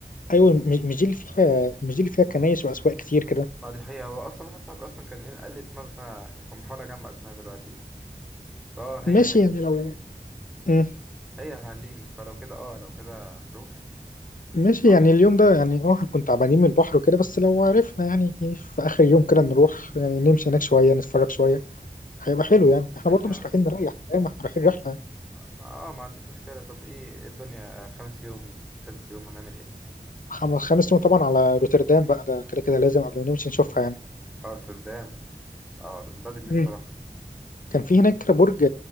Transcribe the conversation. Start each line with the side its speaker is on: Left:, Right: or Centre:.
Left: ايوه مش مش دي اللي فيها مش دي اللي فيها كنايس واسواق كتير كده
Centre: ما دي حقيقة هو اصلا واحد صاحبي اصلا كان إيه قال لي اسمها بس انا كنت بحاول اجمع اسمها دلوقتي فاه
Left: ماشي
Centre: هي
Left: يعني لو مم.
Centre: هي يا حليم فلو كده اه لو كده نروح
Left: ماشي
Centre: عشرة
Left: يعني اليوم ده يعني اه هنكون تعبانين من البحر وكده بس لو عرفنا يعني إيه، في اخر يوم كده نروح يعني نمشي هناك شويه نتفرج شويه هيبقى حلو
Centre: ماشي
Left: يعني احنا
Centre: ماشي
Left: برضو مش
Centre: اه
Left: رايحين نريح فاهم احنا رايحين رحله
Centre: ما آه، ما عنديش مشكلة طب ايه إيه الدنيا خامس يوم وسادس يوم هنعمل ايه؟
Left: خمس خمس يوم طبعا على روتردام بقى ده كده كده لازم قبل ما نمشي نشوفها يعني
Centre: ارتردام اه ده من بدري نفسي
Left: مم.
Centre: صراحة
Left: كان في هناك برج